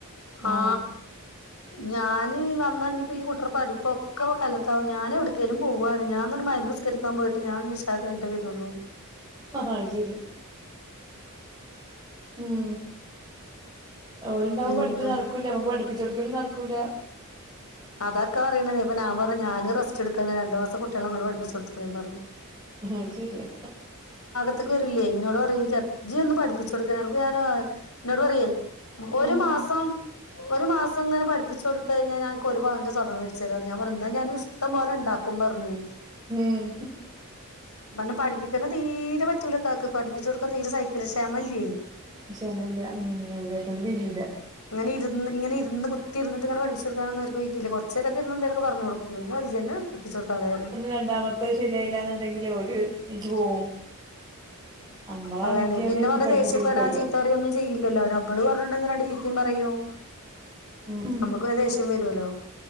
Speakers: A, on the left (about 90°); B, on the right (about 20°).
A: ഹാ
B: ആഹ്
A: ഞാന് വന്നാഞ്ഞിപ്പീ കുട്ട്റെ പഠിപ്പൊക്കെ കല്ലത്താവും ഞാനെവ്ട്ക്കേലും പോവാണ് ഞാൻന്ന്ട്ട് മൈരിബ്സ് കരിക്കാൻ പോയിട്ട് ഞാഞ്ഞി ഇശാഒക്കെ കയ്ഞ്ട്ടെ വെരൊള്ളൂ
B: അയ്ശരി ഉം ഓല്ണ്ടാവ്മ്പൊ
A: പിന്നെ
B: പഠിപ്പും നട്ക്കൂല്ല്യ നമ്മക്ക് പഠ്പ്പിച്ചൊട്ക്കലും നടക്കൂലാ
A: അതാക്ക പറിണതെയ് അപ്പൊ ഞാൻപർഞ്ഞു ഞാന് റെസ്റ്റ്ട്ക്കാണ് രണ്ട് മാസം കുട്ട്യാളെ ങ്ങള് പഠ്പ്പിച്ചൊട്ത്തോളിം പറ്ഞ്ഞു
B: അശെരിയാ
A: ഉച്ചക്ക് വരുല്ലേയ് ഇന്നോട് പറിം ജെ ഇജ് എന്നും പഠ്പ്പിച്ചൊട്ക്ക് അൻക്ക് ഞാന് ഇന്നോട് പറ്യെയ് ഒരു
B: ഉം
A: മാസം ഒരു മാസങ്ങനെ പഠ്പ്പിച്ചൊട്ത്തെയ്ഞ്ഞാ ഞാഅൻ കൊര്, പവന്റെ സ്വർണമ്മേട്ച്ചെരാന്ന്. ഞാൻ, പർഞ്ഞ്ന്നാ ഞാൻ, ഇഷ്ടമ്പോലെണ്ടാക്കും പറ്ഞ്ഞുയ്.
B: ഉം
A: <unintelligible> പഠ്പ്പിക്കൽ തീരെ പറ്റൂലക്കാക്ക്. പഠിപ്പിച്ചൊട്ക്കാൻ തീരെ സൈക്കില്ല. ഷമല്ലെയ്.
B: ക്ഷമല്ല, ഉം, അവരെക്കൊണ്ട് കയ്യൂല.
A: ങ്ങനിര്ന്ന്, ഇങ്ങനിര്ന്ന്, കുത്തിര്ന്ന്ട്ട്ങ്ങനെ പഠ്പ്പിച്ചൊട്ക്കാനൊന്നും അവര്ക്ക് വെയ്ക്കില്ല. കൊറ് ചേരൊക്കിര്ന്ന് എന്തേലൊക്കെ പറഞ്ഞൊട്ക്കും. പിന്നറിം, ഇജെന്നേ പഠ്പ്പിച്ചൊട്താളേ, റിം.
B: രണ്ടാമ ത്തെ ശെരിയായീലാന്ന്ണ്ടെങ്കില് ഓര് നീച്ച് പോവും. നമ്മളാണെങ്കി
A: അതാണെയ്.
B: അവിടെ
A: പിന്ന,
B: ഇരുത്തി
A: പർഞ്ഞ്
B: പഠിപ്പിച്ചു
A: ദേഷ്യപ്പെടാൻ
B: കൊടുക്കുവല്ലോ
A: ചീത്തറ്യൊന്നും. ചെയ്യില്ലല്ലോ, നമ്മള് പറഞ്ഞീണ്ടെങ്കിൽ രണ്ട് ചീത്തിം പറയും.
B: ഉം
A: നമ്മക്ക് വേംദേ ഷ്യം വെരോലോ?